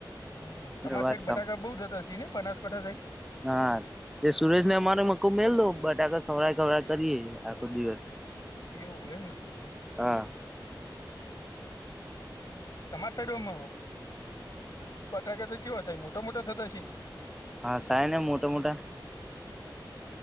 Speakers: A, on the left; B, in the centre.
A: હમ્મ
B: મેં
A: તમારા
B: વાત
A: સાઈડ બટાકા બઉ થતા છી ને બનાસકાંઠા સાઈડ.
B: ના. તે સુરેશ ને અમારો મકો મેલ દો બટાકા ખવરા ખવરાઈ કરીએ આખો દિવસ.
A: એવું હોય એમ ને.
B: હા.
A: તમારી સાઈડમાં બટાકા તો સેવા થાય મોટા-મોટા થતા હશે ને.
B: હા સાહે ને મોટા-મોટા.
A: <inaudible>